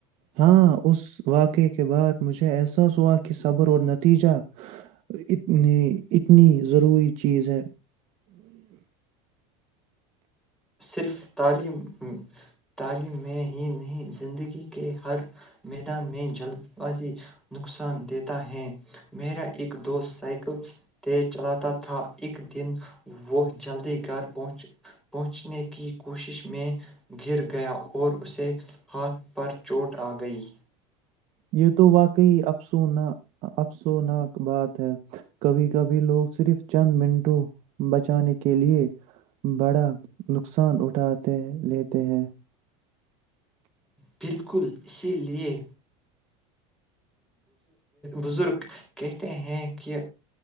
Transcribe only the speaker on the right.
ہاں اس واقعہ کے بعد مجھے احساس ہوا کہ صبر اور نتیجہ اتنی اتنی ضروری چیز ہے
یہ تو واقعی افسنا افسوناک بات ہے کبھی کبھی لوگ صرف چند منٹوں بچانے کے لیے بڑا نقصان اٹھاتے لیتے ہیں